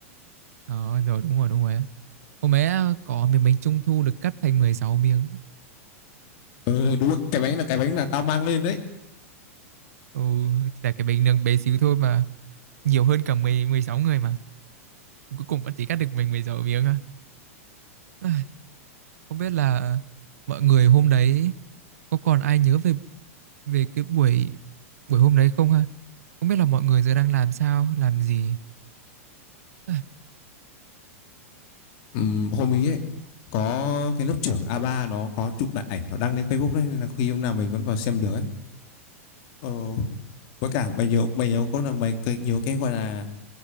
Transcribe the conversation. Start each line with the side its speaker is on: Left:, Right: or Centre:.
Right: ờ rồi đúng rồi đúng rồi Hôm ấy à, có miếng bánh trung thu được cắt thành mười sáu miếng.
Left: ừ, đúng rồi. cái bánh là cái bánh là tao mang lên đấy
Right: Ừ, chỉ là cái bánh nướng bé xíu thôi mà nhiều hơn cả mười mười sáu người mà. Cuối cùng vẫn chỉ cắt được mình 16 miếng ha. Ai, Không biết là mọi người hôm đấy có còn ai nhớ về về cái buổi buổi hôm đấy không ha? Không biết là mọi người giờ đang làm sao, làm gì. Ai,
Left: Ừm, hôm ý ấy có cái lớp trưởng a ba nó có chụp lại ảnh nó đăng lên Facebook đấy nên là khi hôm nào mình vẫn vào xem được ấy ờ, với cả mày nhớ mày nhớ có là mày cái- nhớ cái gọi là